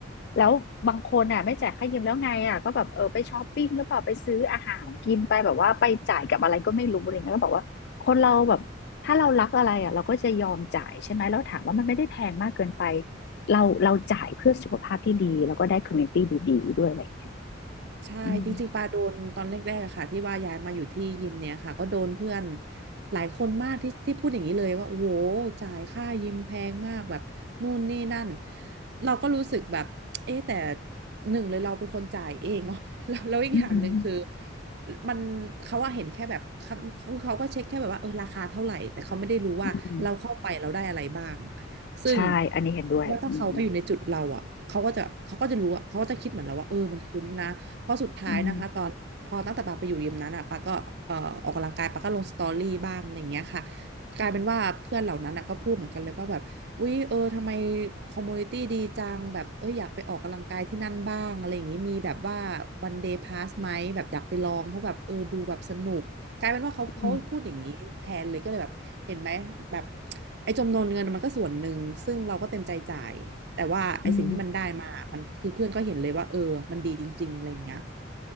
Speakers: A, on the left; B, on the right.
A: แล้วบางคนอ่ะไม่จ่ายค่ายืมแล้วไงอ่ะก็แบบเออไปช้อปปิ้งหรือเปล่าไปซื้ออาหารกินไปแบบว่าไปจ่ายกับอะไรก็ไม่รู้อะไรเงี้ยก็บอกว่าคนเราแบบถ้าเรารักอะไรอ่ะเราก็จะยอมจ่ายใช่ไหมแล้วถามว่ามันไม่ได้แพงมากเกินไปเราเราจ่ายเพื่อสุขภาพที่ดีแล้วก็ได้คอมมูนิตี้ดีๆด้วยอะไรอย่างเงี้ย
B: ใช่จริงๆปาโดนตอนแรกๆอะค่ะที่ว่าย้ายมาอยู่ที่ยิมเนี่ยค่ะก็โดนเพื่อน
A: อืม
B: หลายคนมากที่ที่พูดอย่างนี้เลยว่าโอ้โหจ่ายค่ายิมแพงมากแบบนู่นนี่นั่นเราก็รู้สึกแบบเอ๊ะแต่หนึ่งเลยเราเป็นคนจ่ายเองเนาะ <laughs> แล้วแล้วอีกอย่างหนึ่งคือ
A: อืม
B: มันเขาว่าเห็นแค่แบบครั้งเขาเขาก็เช็คแค่แบบว่าเออราคาเท่าไหร่แต่เขาไม่ได้รู้ว่าเราเข้าไปเราได้อะไรบ้าง
A: อืม
B: ซึ่ง
A: ใช่อันนี้เห็นด้วยอืม
B: ว่าถ้าเขาไปอยู่ในจุดเราอ่ะเขาก็จะเขาก็จะรู้อะเขาก็จะคิดเหมือนเราว่าเออมันคุ้มนะ เพราะสุดท้ายนะคะตอนพอตั้งแต่ปาไปอยู่ยิมนั้นอ่ะปาก็เอ่อออกกำลังกายปาก็ลงสตอรี่บ้างอะไรอย่างเงี้ยค่ะ
A: อืม
B: กลายเป็นว่าเพื่อนเหล่านั้นอ่ะก็พูดเหมือนกันเลยว่าแบบอุ๊ยเออทำไมคอมมูนิตี้ดีจังแบบเอออยากไปออกกำลังกายที่นั่นบ้างอะไรอย่างงี้มีแบบว่าวันเดย์พาสไหมแบบอยากไปลองเพราะแบบเออดูแบบสนุก กลายเป็นว่าเขาเขาพูดอย่างนี้แทนเลยก็เลยแบบเห็นไหมแบบ
A: อืม
B: ไอ้จำนวนเงินมันก็ส่วนหนึ่งซึ่งเราก็เต็มใจจ่ายแต่ว่าไอ้สิ่งที่มันได้มามันคือเพื่อนก็เห็นเลยว่าเออมันดีจริงๆอะไรอย่างเงี้ย
A: อืม